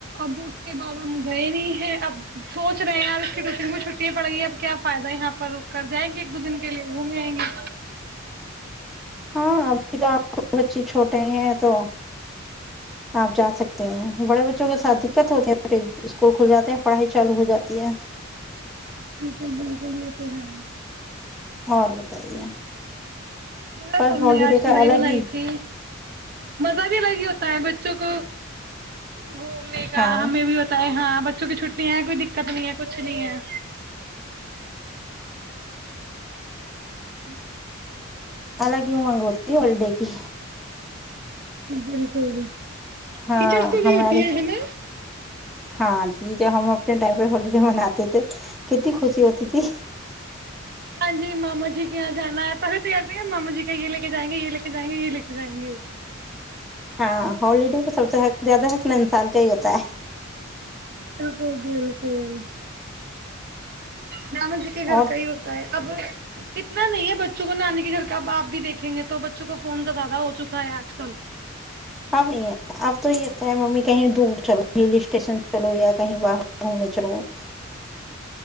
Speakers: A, on the right; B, in the centre.
A: اب اس کے بعد <inaudible> ہم گئے نہیں ہیں اب سوچ رہے ہیں وشن کو چھٹیاں پڑ گی ہیں اب کیا فائد ہے یہاں پر رک کر جائیں گے ایک دو دن کے لیے گھوم جیں گے
B: ہاں ابھی تو آپ بچے چھوٹے ہی ہیں تو آپ جا سکتے ہیں بڑے بچوں کے ساتھ دقت ہوتی ہے پھر اسکول کھل جاتے ہیں پڑھائی چالو ہو جاتی ہے
A: بالکل بالکل یہ تو ہے
B: اور بتائیے
A: بس
B: پر
A: ہم
B: ہالیڈے
A: نے آج توری
B: کا الگ
A: بنائی
B: ہی
A: تھی مزہ بھی الگ ہی ہوتا ہے بچوں کو گھومنے کا
B: ہاں
A: ہمیں بھی بت ہے ہاں بچوں کی چھٹییاں ہیں کوئی دقت نہیں ہے کچھ نہیں ہے ہیلو
B: الگ ہی مانگ ہوتی ہے ہوالڈے کی
A: بالکل
B: ہاں
A: ٹیچرس کو بھی
B: ہمارے
A: ہوتی ہے نا
B: ہاں جی جب ہم اپنے ٹائم پہ ہولیڈے مناتے تھے کتنی خوشی ہوتی تھی
A: ہاں جی ماما جی کے یہاں جانا ہے پہلے تیار د ماما جی کے یہ لے کے جائیں گے یہ لے کے جائیں گے یہ لے کے جائیں گے
B: ہاں ہالڈے کو سب سے حق زیادہ حق ن ان سال کا ہی ہوتا ہے
A: بالکل بالکل ج مج جے کہ گھر
B: اور
A: کا ہی ہوتا ہے اب اتنا نہیں ہے بچوں کو نانی کے گھر کا اب آپ بھی دیکھیں گے تو بچوں کا فون تو زیادہ ہو چکا ہے آج کل
B: اب نہیں ہے اب تو یہ ہوتا ہے ممی کہیں دور چلو ہل اسٹیشن چلو یا کہیں باہر گھومنے چلوچ